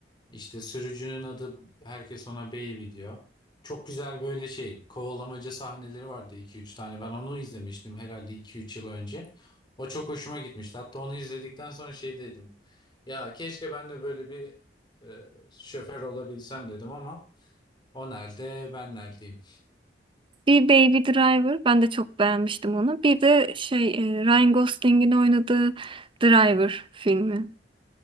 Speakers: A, on the left; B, on the right.
A: İşte sürücünün adı herkes ona Baby diyor. Çok güzel böyle şey kovalamaca sahneleri vardı iki üç tane. Ben onu izlemiştim herhalde iki üç yıl önce. O çok hoşuma gitmişti. Hatta onu izledikten sonra şey dedim. Ya keşke ben de böyle bir e, şoför olabilsem dedim ama o nerede ben neredeyim?
B: Bir Baby Driver ben de çok beğenmiştim onu. Bir de şey e, Ryan Gosling'in oynadığı Driver filmi.